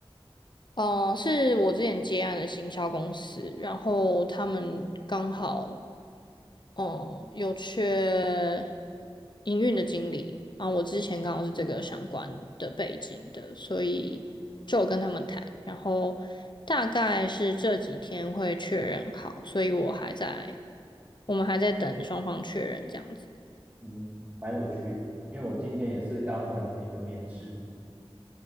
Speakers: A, on the left; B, on the right.
A: 嗯、是我之前接案的行销公司，然后他们刚好嗯有缺营运的经理，啊，我之前刚好是这个相关的背景的，所以就有跟他们谈，然后大概是这几天会确认好，所以我还在，我们还在等双方确认这样子。
B: 嗯，蛮有趣的，因为我今天也是刚完成一个面试，